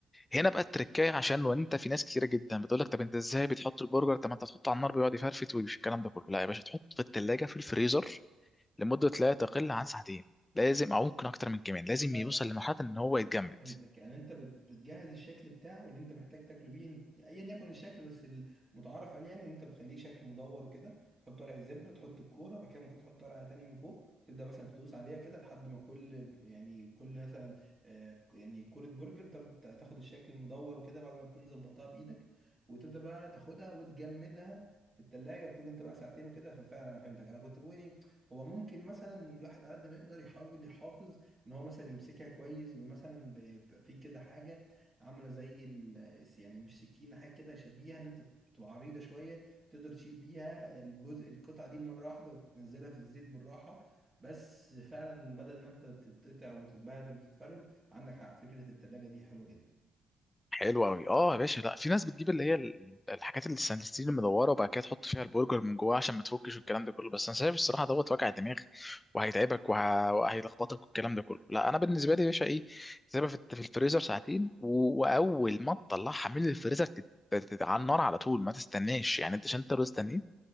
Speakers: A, on the left; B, on the right.
A: هنا بقى التركايه عشان لو انت في ناس كتيره جدا بتقول لك طب انت ازاي بتحط البرجر طب ما انت تحطه على النار بيقعد يفرفت ومش الكلام ده كله لا يا باشا تحطه في الثلاجه في الفريزر لمده لا تقل عن ساعتين لازم او ممكن اكتر من كمان لازم
B: بس
A: يوصل لمرحله ان هو يتجمد
B: فهمتك يعني انت بت- بتجهز الشكل بتاعه اللي انت محتاج تاكله بيه انت- ايا يكن الشكل بس المتعارف عليه يعني ان انت بتخليه شكل مدور وكده تحط ورق الزبده تحط الكوره بعد كده ممكن تحط ورقه تاني من فوق تبدا مثلا تدوس عليها كده لحد ما كل يعني كل مثلا آه، يعني كوره برجر تب- تاخد الشكل المدور وكده بعد ما تكون ظبطتها بايدك وتبدا بقى تاخدها وتجمدها في التلاجة بتقول انت بقى ساعتين وكده ففعلا انا فهمتك انا كنت بقول ايه هو ممكن مثلا الواحد على قد ما يقدر يحاول يحافظ ان هو مثلا يمسكها كويس بمثلا ب- بيبقى في كده حاجه عامله زي ال يعني مش سكينه حاجه كده شبيهه ان انت بتبقى عريضه شويه تقدر تشيل بيها الجزء القطعه دي مره واحده وتنزلها في الزيت بالراحه بس فعلا بدل ما انت تتقطع وتتبهدل وتتفرول عندك حق فكره التلاجة دي حلوه جدا
A: حلو قوي اه يا باشا لا في ناس بتجيب اللي هي ال- الحاجات اللي الستيل المدوره وبعد كده تحط فيها البرجر من جواه عشان ما تفكش والكلام ده كله بس انا شايف الصراحه دوت وجع دماغ وهيتعبك وه... وهيلخبطك والكلام ده كله لا انا بالنسبه لي يا باشا ايه تسيبها في الت- في الفريزر ساعتين و... واول ما تطلعها من الفريزر تت... تت... على النار على طول ما تستناش يعني انت عشان انت لو استنيت